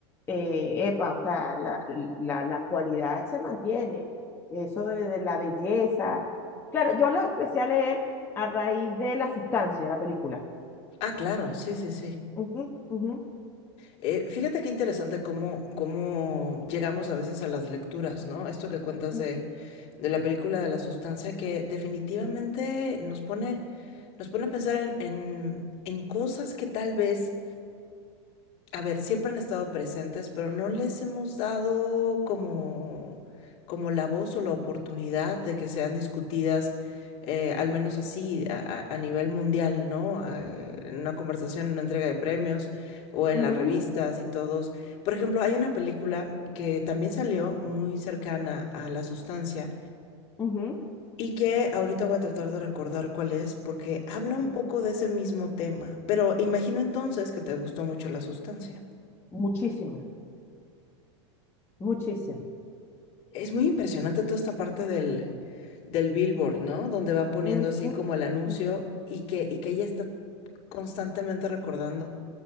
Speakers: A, on the left; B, on the left.
A: eh, epa, o sea, la, la- la actualidad se mantiene, eso de, de la belleza. Claro, yo lo empecé a leer a raíz de la sustancia de la película.
B: Ah, claro, sí, sí, sí.
A: Ujú, ujú,
B: Eh, fíjate qué interesante cómo, cómo llegamos a veces a las lecturas, ¿no? Esto que cuentas
A: ujú,
B: de, de la película de la sustancia, que definitivamente nos pone, nos pone a pensar en, en, en cosas que tal vez a ver, siempre han estado presentes, pero no les hemos dado como, como la voz o la oportunidad de que sean discutidas, eh, al menos así, a, a- a nivel mundial, ¿no? A- en una conversación, en una entrega de premios o en
A: ujú,
B: las revistas y todos. Por ejemplo, hay una película que también salió muy cercana a La Sustancia
A: ujú, ujú,
B: y que ahorita voy a tratar de recordar cuál es, porque habla un
A: ujú.
B: poco de ese mismo tema, pero imagino entonces que te gustó mucho La Sustancia.
A: Muchísimo, muchísimo.
B: Es muy impresionante toda esta parte del, del billboard, ¿no? Donde van poniendo
A: Ujú,
B: así como el anuncio
A: ujú,
B: y que, y que ella está constantemente recordando.